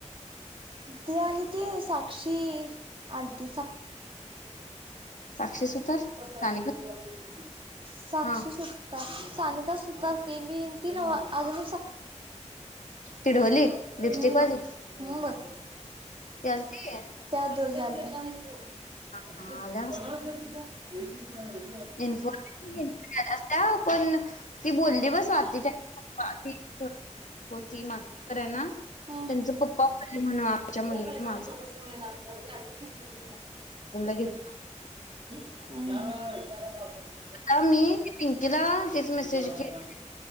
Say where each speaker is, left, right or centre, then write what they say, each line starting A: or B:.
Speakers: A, on the right (about 45°); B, on the left (about 85°).
A: त आली ते साक्षी आत
B: साक्षी सुतार
A: साक्षी
B: सानिका हा
A: सुतार सानिका सुतारते बी ती न अजून
B: ती
A: <unintelligible>
B: ढोली लिपस्टिक
A: हम्म
B: वाली
A: बघ हम्म बघ
B: ती आलती
A: त्या दोघी आ सो
B: हा
A: तिथे
B: आल्या
A: पन्ना <unintelligible> लक्षल तिथं एशिन मु <unintelligible>
B: इन्फॉर्मेशन घत <unintelligible> पण ती बोलली बस वाटते्पा <unintelligible> त मागणी कराय ना
A: हा
B: त्यांचं पप्पा बोलले म्हणून आमच्या
A: उद्या
B: मुलीने
A: पहिला जाऊन
B: माग
A: चौकशी करून येणार का उद्या ऍडमिशन करून येणार.
B: घ <unintelligible>
A: त्यावर हम
B: आता मी पिंकीला तेच मेसेज
A: श शा का
B: केली